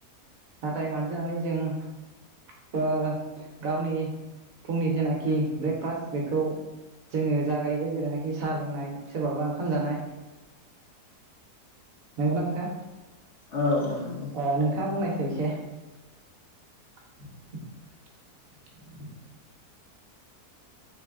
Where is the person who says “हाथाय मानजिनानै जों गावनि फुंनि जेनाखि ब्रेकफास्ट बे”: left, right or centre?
Right